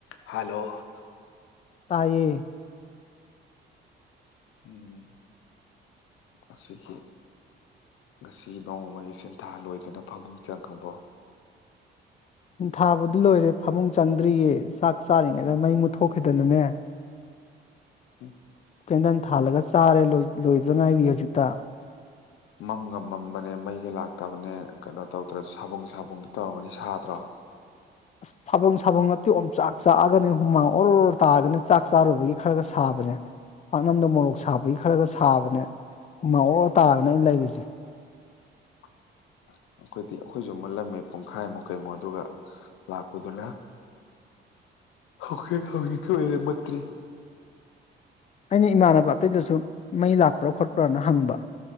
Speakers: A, on the left (about 90°); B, on the left (about 35°).
A: hello
B: ꯇꯥꯏꯌꯦ
A: ꯎꯝ <unintelligible> ꯉꯁꯤ ꯅꯣꯡꯃꯒꯤ ꯁꯦꯟꯊꯥ ꯂꯣꯏꯗꯅ ꯐꯃꯨꯡ ꯆꯪꯉꯕꯣ
B: ꯊꯥꯕꯗꯤ ꯂꯣꯏꯔꯦ ꯐꯃꯨꯡ ꯆꯪꯗ꯭ꯔꯤꯌꯦ ꯆꯥꯛ ꯆꯥꯔꯤꯉꯩꯗ ꯃꯩ ꯃꯨꯠꯊꯣꯛꯈꯤꯗꯅꯅꯦ
A: ꯎꯝ
B: ꯀꯦꯟꯗꯟ ꯊꯥꯜꯂꯒ ꯆꯥꯔꯦ ꯂꯣꯏ ꯂꯣꯢꯗꯉꯥꯏꯔꯤ ꯍꯧꯖꯤꯛꯇ
A: ꯃꯝꯒ ꯃꯝꯕꯅꯦ ꯃꯩꯒ ꯂꯥꯛꯇꯕꯅꯦ ꯀꯩꯅꯣ ꯇꯧꯗ꯭ꯔꯣ ꯁꯥꯕꯨꯡ ꯁꯥꯕꯨꯡꯗꯤ ꯇꯧꯔꯝꯒꯅꯤ ꯁꯥꯗ꯭ꯔꯣ
B: ꯑꯁ ꯁꯕꯪ ꯁꯕꯪ ꯅꯠꯇꯦ ꯑꯣꯝꯆꯥꯛ ꯆꯥꯛꯑꯒꯅꯤ ꯍꯨꯃꯥꯡ ꯑꯣꯔꯣ ꯔꯣ ꯇꯥꯗꯅ ꯆꯥꯛ ꯆꯥꯔꯨꯕꯒꯤ ꯈꯔꯒ ꯁꯥꯕ ꯅꯦ ꯄꯥꯛꯅꯝꯗꯣ ꯃꯣꯔꯣꯛ ꯁꯥꯕꯒꯤ ꯈꯔꯒ ꯁꯥꯕꯅꯦ ꯍꯨꯃꯥꯡ ꯑꯣꯔ ꯇꯥꯔꯒꯅꯦ ꯑꯩꯅ ꯂꯩꯔꯤꯁꯦ
A: <inaudible> ꯑꯩꯈꯣꯏꯗꯤ ꯑꯩꯈꯣꯏꯁꯨ ꯃꯨꯜꯂꯝꯃꯤ ꯄꯨꯡꯈꯥꯏꯃꯨꯛ ꯀꯩꯃꯨꯛ ꯑꯗꯨꯒ ꯂꯥꯛꯄꯗꯨꯅ ꯍꯧꯛ ꯍꯧꯛ <unintelligible> ꯀꯤꯑꯣꯏꯅ ꯃꯨꯠꯇ꯭ꯔꯤ
B: ꯑꯩꯅ ꯏꯃꯥꯟꯕ ꯑꯇꯩꯗꯁꯨ ꯃꯩ ꯂꯥꯛꯄ꯭ꯔꯥ ꯈꯣꯠꯄ꯭ꯔꯥꯅ ꯍꯪꯕ